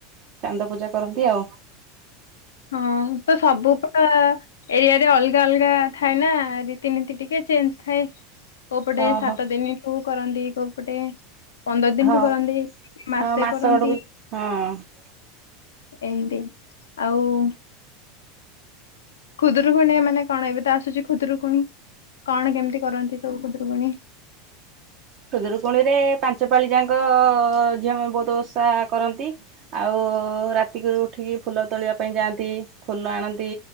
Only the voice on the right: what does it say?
ଚାନ୍ଦ ପୂଜା କରନ୍ତି ଆଉ।
ହଁ
ହଁ
ହଁ
ହଁ ମାସ
ଗଡ ବି ହଁ।
ଖୁଦୁରୁକୁଣୀରେ ପାଞ୍ଚପାଳି ଯାଙ୍କ-ଅ-ଅ-ଅ ଝିଅମାନେ ବହୁତ ଓଷା କରନ୍ତି। ଆଉ-ଉ-ଉ-ଉ-ଉ ରାତିକୁରୁ ଉଠିକି ଫୁଲ ତୋଳିବା ପାଇଁ ଯାଆନ୍ତି, ଫୁଲ ଆଣନ୍ତି।